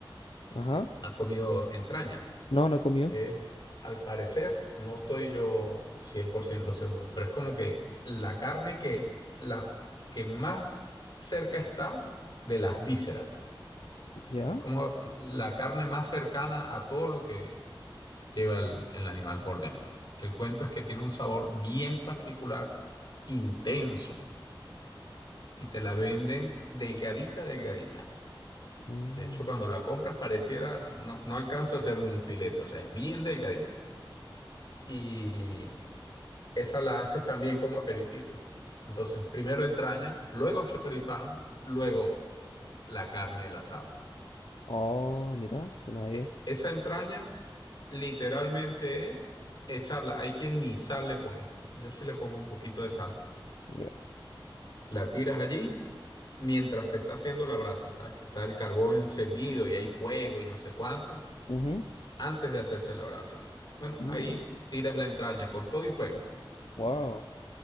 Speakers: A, on the left; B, on the left.
A: Ajá.
B: ¿Has comido entraña?
A: No, no he comido.
B: Es, al parecer, no estoy yo 100% seguro, pero es como que la carne que, la que más cerca está de las vísceras,
A: ¿Ya?
B: como la carne más cercana a todo lo que lleva el, el animal por dentro. El cuento es que tiene un sabor bien particular, intenso, y te la venden delgadita, delgadita.
A: Mm.
B: De hecho, cuando la compras pareciera, no, no alcanza a ser un filete, o sea, es bien delgadita. Y Esa la haces también como aperitivo. Entonces, primero entraña, luego choripán, luego la carne del asado.
A: Oh, mira, suena bien.
B: E- Esa entraña literalmente es echarla. Hay quien ni sal le pone. Yo sí le pongo un poquito de sal.
A: Ya.
B: La tiras allí mientras se está haciendo la brasa, ¿sabes? Que está el carbón encendido y hay fuego y no sé cuánto,
A: Ujú.
B: antes de hacerse la brasa. Bueno,
A: Mm,
B: ahí tiras la entraña con todo y fuego.
A: Wow.